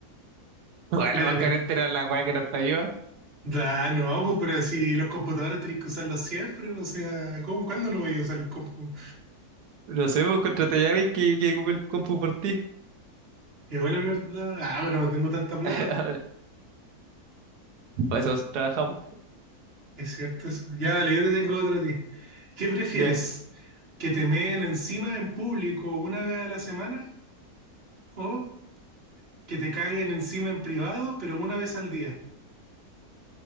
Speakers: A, on the right; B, on the right.
A: <laughs> Weón,
B: Dale,
A: la más
B: ve.
A: carente era la weá que no está viva.
B: Da, no, pues pero si los computadores tenéis que usarlos siempre, o sea, ¿cómo, cuándo no voy a usar el compu?
A: No sé, pues contraté a alguien que, que ocupe el compu por ti.
B: Igual es verdad. Ah, pero no tengo tanta plata.
A: <laughs> A ver, Para eso trabajamos.
B: Es cierto eso. Ya, vale, yo te tengo otra a ti. ¿Qué prefieres?
A: Ya.
B: ¿Que te meen encima en público una vez a la semana o que te caguen encima en privado, pero una vez al día?